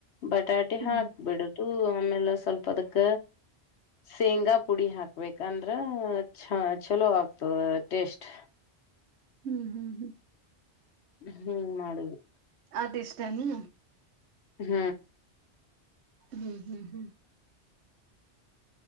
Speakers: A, on the left (about 75°); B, on the right (about 75°).
A: ಬಟಾಟೆ
B: ಹ್ಮ್
A: ಹಾಕ್ಬಿಡದು ಆಮೇಲೆ ಸ್ವಲ್ಪ ಅದಕ್ಕ ಶೇಂಗಾ ಪುಡಿ ಹಾಕ್ಬೇಕಂದ್ರ ಚ ಚಲೋ ಆಗ್ತದ ಟೇಸ್ಟ್
B: ಹ್ಮ್ ಹ್ಮ್ ಹ್ಮ್
A: ಹ್ಮ್ ಮಾಡುದು
B: ಅದು ಇಷ್ಟ ನ
A: ಹ್ಮ್
B: ಹ್ಮ್ ಹ್ಮ್ ಹ್ಮ್